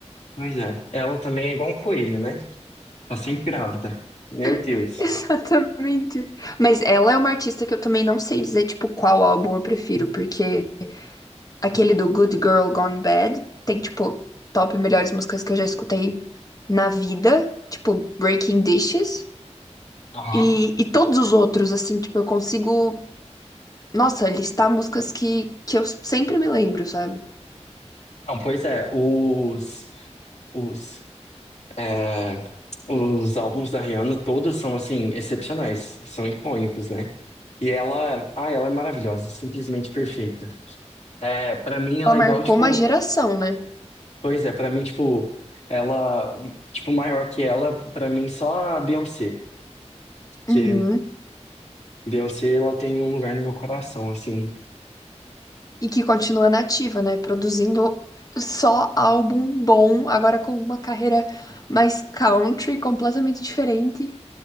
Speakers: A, on the left; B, on the left.
A: pois é. Ela também é igual um coelho, né? Tá sempre grávida. Meu Deus.
B: <laughs> Exatamente. Mas ela é uma artista que eu também não sei dizer, tipo, qual álbum eu prefiro, porque aquele do Good Girl Gone Bad tem, tipo, top melhores músicas que eu já escutei na vida, tipo, Breaking Dishes.
A: Aham.
B: E, e todos os outros, assim, tipo, eu consigo, nossa, listar músicas que, que eu sempre me lembro, sabe?
A: Não, pois é, os, os, é, os álbuns da Rihanna todos são, assim, excepcionais, são icônicos, né? E ela, ah, ela é maravilhosa, simplesmente perfeita. É, para mim ela
B: Ela marcou
A: é igual, tipo,
B: uma geração, né?
A: pois é, pra mim, tipo, ela, tipo, maior que ela, pra mim só a Beyoncé, que
B: Uhum.
A: Beyoncé, ela tem um lugar no meu coração, assim,
B: E que continua nativa, né? Produzindo só álbum bom, agora com uma carreira mais country, completamente diferente.